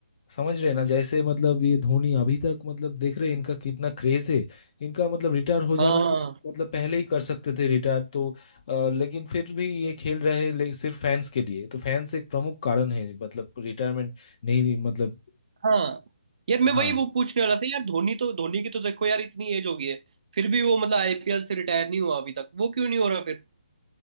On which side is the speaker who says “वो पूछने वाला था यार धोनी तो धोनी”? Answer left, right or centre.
Right